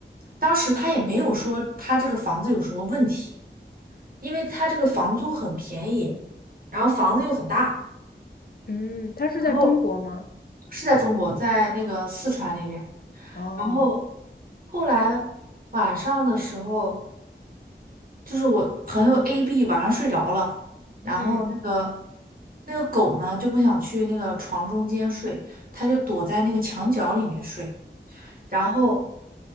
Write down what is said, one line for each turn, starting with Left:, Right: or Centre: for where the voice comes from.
Right: 当时他也没有说他这个房子有什么问题，因为他这个房租很便宜，然后房子又很大，
Left: 嗯，它是在中国吗？
Right: 然后是在中国，在那个四川那边。
Left: 哦，
Right: 然后后来晚上的时候。就是我朋友 A、B 晚上睡着了，然后那个
Left: 嗯
Right: 那个狗呢就不想去那个床中间睡，它就躲在那个墙角里面睡。然后